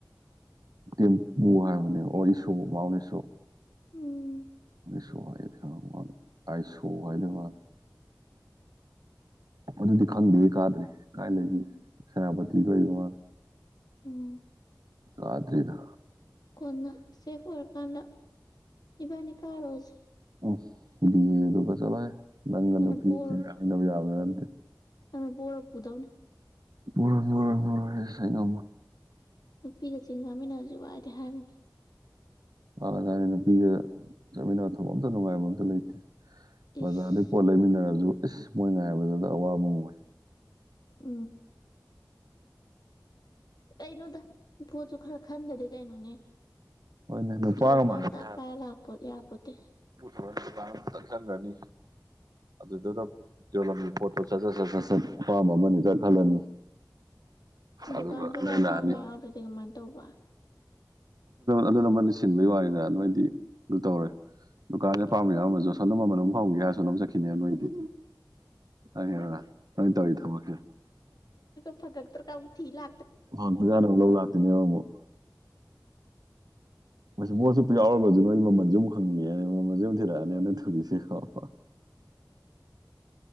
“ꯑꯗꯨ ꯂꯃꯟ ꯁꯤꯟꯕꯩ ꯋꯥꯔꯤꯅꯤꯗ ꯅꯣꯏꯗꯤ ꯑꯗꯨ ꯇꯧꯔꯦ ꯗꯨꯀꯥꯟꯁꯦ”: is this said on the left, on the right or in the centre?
Right